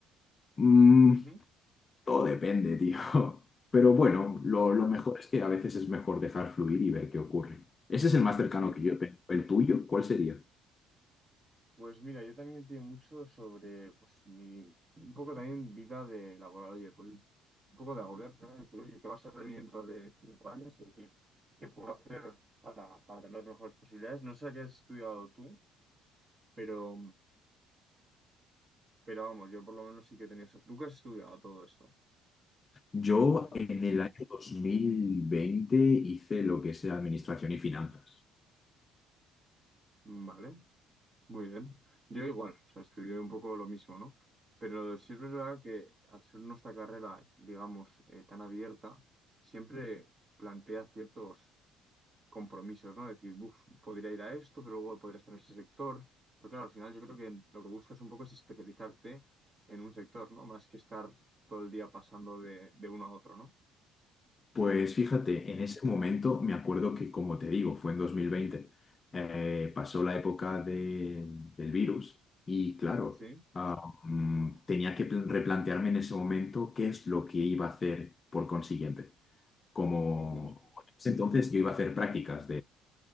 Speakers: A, on the left (about 30°); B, on the right (about 35°).
A: Mm,
B: ujú,
A: todo depende, tío. <laughs> Pero bueno,
B: sí,
A: lo, lo mejor es que a veces es mejor dejar fluir y ver qué ocurre. Ese es el más cercano
B: sí.
A: que yo tengo. ¿El tuyo? ¿Cuál sería?
B: Pues mira, yo también entiendo mucho sobre pues mi un poco también vida de laboral, oye, pues un poco de agobiar, ¿no? De decir, oye, ¿qué va a ser de mí dentro de cinco años? Es decir, ¿qué puedo hacer para, para tener las mejores posibilidades? No sé qué has estudiado tú, pero Pero vamos, yo por lo menos sí que he tenido... esa- ¿Tú qué has estudiado todo esto?
A: Yo
B: Mm.
A: en el año 2020 hice lo que es administración y finanzas.
B: Vale, muy bien. Yo igual, o sea, estudié un poco lo mismo, ¿no? Pero sí es verdad que al ser nuestra carrera, digamos, eh, tan abierta, siempre plantea ciertos compromisos, ¿no? Decir, uff, podría ir a esto, pero luego podría estar en ese sector. Pero claro, al final yo creo que lo que buscas un poco es especializarte en un sector, ¿no? Más que estar todo el día pasando de, de uno a otro, ¿no?
A: Pues fíjate, en ese momento me acuerdo que, como te digo, fue en 2020, eh, pasó la época de- del virus y claro,
B: Sí.
A: ah, mm, tenía que pl- replantearme en ese momento qué es lo que iba a hacer por consiguiente. Como
B: Ujú.
A: entonces yo iba a hacer prácticas